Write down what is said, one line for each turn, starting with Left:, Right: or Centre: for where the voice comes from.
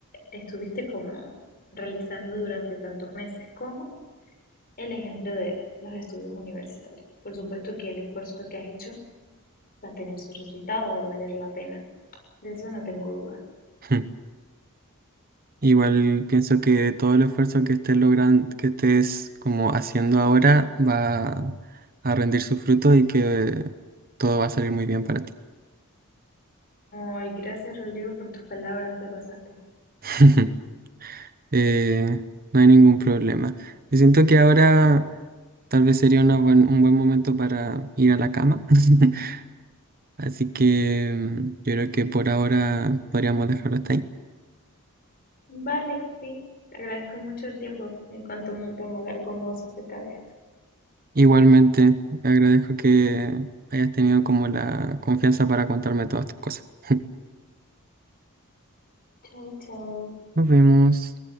Left: estuviste como realizando durante tantos meses, como el ejemplo de los estudios universitarios. Por supuesto que el esfuerzo que has hecho va a tener su resultado, va a valer la pena. De eso no tengo duda.
Right: <laughs> Igual pienso que todo el esfuerzo que estés logrando, que estés como haciendo ahora va a rendir su fruto y que todo va a salir muy bien para ti.
Left: Ay, gracias Rodrigo por tus palabras, te pasaste.
Right: <laughs> Eh, no hay ningún problema. Yo siento que ahora tal vez sería una buen- un buen momento para ir a la cama. <laughs> Así que mm, yo creo que por ahora podríamos dejarlo hasta ahí.
Left: Vale, sí, te agradezco mucho el tiempo. Me encantó un montón hablar con vos acerca de esto.
Right: Igualmente, agradezco que hayas tenido como la confianza para contarme todas tus cosas. <laughs>
Left: Chao, chao.
Right: Nos vemos.